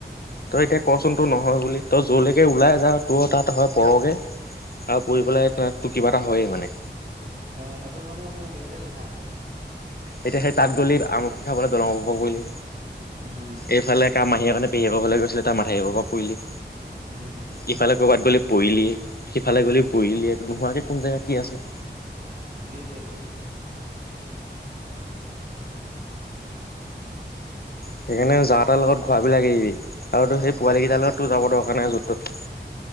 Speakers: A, on the left; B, on the right.
A: তই এতিয়া কচোন তো নহয় বুলি, তই য'লৈকে ওলাই যাও তোৰ তাত হয় পৰগে আৰু পৰি পেলাই ত' তো কিবা এটা হয়ে মানে।
B: অ', সেইটো মানে মোৰ হেৰি অতে লিখা আছে।
A: এতিয়া সেই তাত গ'লি আমলখি খাবলৈ দলং ওপৰ পৰা পৰিলি,
B: উম
A: এইফালে কাম মাহী একে নে, পেহী একৰ ঘৰলৈ গৈছিলি তা মাথাউৰী ওপৰ পৰা পৰিলি।
B: উম,
A: ইফালে ক'ৰবাত গ'লি পৰিলিয়ে, সিফালে গ'লি পৰিলিয়ে নোহোৱাকে কোন জেগাত কি আছে?
B: সেইটোৱে
A: সেইকাৰণে যাতাৰ লগত ঘূৰা ঘূৰি লাগিবি আৰু তোৰ সেই পোৱালি কেইটাৰ লগততো যাব দৰকাৰ নাই য'ত তত।